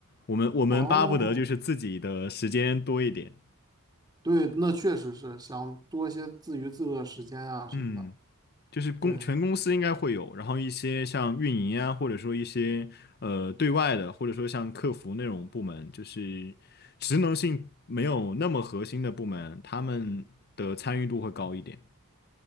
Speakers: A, on the left (about 45°); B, on the right (about 20°).
A: 我们我们巴不得就是自己的时间多一点，
B: 哦，对，那确实是想多一些自娱自乐时间啊什么的。
A: 嗯，就是公全公司应该会有，
B: 对，
A: 然后一些像运营啊，或者说一些呃对外的，或者说像客服那种部门，就是职能性没有那么核心的部门，他们的参与度会高一点。